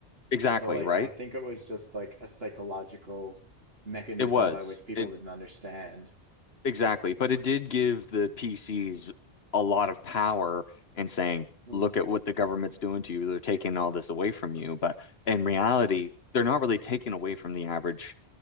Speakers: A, on the left (about 65°); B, on the right (about 60°).
A: Exactly,
B: So like
A: right?
B: I think it was just like a psychological mechanism
A: It was.
B: by which people
A: It
B: didn't understand.
A: exactly. But it did give the PCs a lot of power in saying,
B: Mm-hmm.
A: look at what the government's doing to you. They're taking all this away from you. But in reality, they're not really taking away from the average